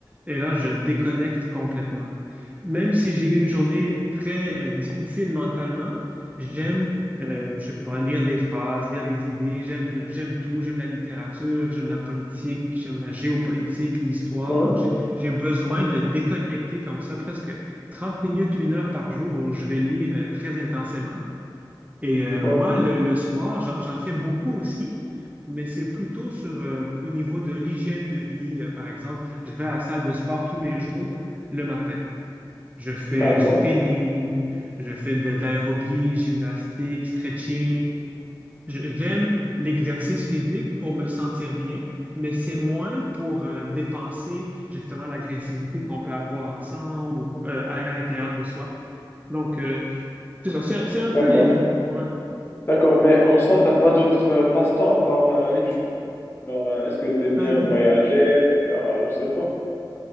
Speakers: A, on the right; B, on the left.
A: Et là, je déconnecte complètement. Même si j'ai eu une journée très, euh, difficile mentalement, j'aime, euh, je sais pas, lire des phrases, lire des idées, j'aime, de- j'aime tout, j'aime la littérature, j'aime la politique, j'aime la géopolitique, l'histoire.
B: Ouais,
A: Donc, j'ai, j'ai besoin de déconnecter comme ça presque 30 minutes, une heure par jour où je vais lire, euh, très intensément. Et euh,
B: ouais,
A: moi, le, le sport, j'en, j'en fais beaucoup aussi, mais c'est plutôt sur, euh, au niveau de l'hygiène de vie. euh, par exemple, je vais à la salle de sport tous les jours le matin. Je fais
B: d'accord,
A: du spinning, je fais de, de l'aérobie, gymnastique, stretching. Je- J'aime l'exercice physique pour me sentir bien, mais c'est moins pour euh, dépenser justement l'agressivité qu'on peut avoir ensemble ou euh, à, à l'intérieur de soi. Donc, euh, c'est ça, c'est c'est un peu
B: d'accord,
A: les deux. Ouais.
B: d'accord. Mais en soi, t'as pas d'autres euh, passe-temps à part euh, la lecture. Genre, euh, est-ce que t'aimes bien
A: Euh, oui,
B: voyager, faire, euh, je sais pas.